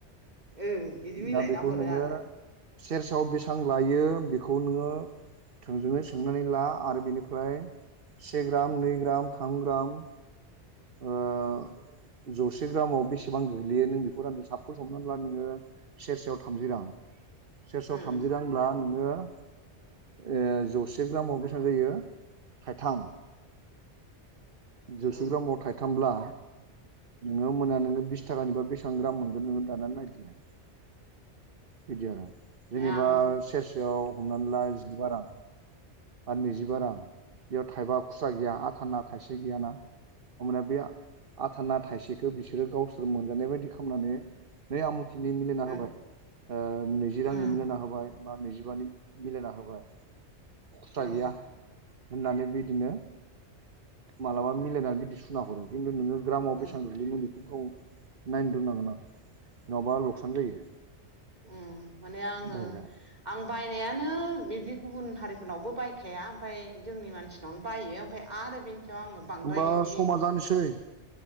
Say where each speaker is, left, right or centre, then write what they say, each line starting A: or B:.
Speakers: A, on the right; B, on the right.
A: ओ इदि मिलायना
B: दा बेखौ
A: हरो
B: नोङो
A: आरो
B: सेरसेयाव बेसां लायो बेखौ नोङो <unintelligible> थोंजोङै सोंनानै ला आरो बेनिफ्राय से ग्राम नै ग्राम, थाम ग्राम ओ
A: उम
B: जौसे ग्रामाव बेसेबां गोग्लैयो नों बेखौ रानदो साफस हमनान ला नोङो सेरसेयाव थामजि रां सेरस'आव
A: उम
B: थामजि रांब्ला नोङो ओ इ जौसे ग्रामाव बेसेबां जायो थाइथाम
A: <inaudible>
B: जौसे
A: औ
B: ग्रामाव थाइथामब्ला नोङो मोना नोङो बिस थाखानिबा बेसेबां ग्राम मोनगोन नोङो दानानै नायदो बिदि आरो जेनेबा
A: आं
B: सेरसेयाव हमनानै ला जिबा रां आर नैजिबा रां बेयाव थाइबा खुस्रा गैया आथाना थाइसे गैयाना होमबानिया बे आथाना थाइसेखौ बिसोरो गावसोर मोनजानाय बायदि खालामनानै नै आमुख नि मिलायना
A: उम
B: होबाय ओ नैजि
A: उम
B: रांनि मिलायना होबाय बा नैजिबानि मिलायना होबाय खुस्रा
A: औ
B: गैया होननानै बिदिनो मालाबा मिलायनानै बिदि सुना हरो खिन्थु नोङो ग्रामाव
A: उम
B: बेसेबां गोग्लैयोमोन बेखौ गाव नायनो दोननांगोन आरो नङाबा लकसान जायो
A: उ माने आङो
B: बायग्राया
A: आं बायनायानो बिदि गुबुन हारिफोरनावबो बायखाया ओमफ्राय जोंनि मानसिनावनो बायो ओमफ्राय आरो बेनि सायाव आङो बांद्राय
B: होमबा
A: बिदि
B: समा जानोसै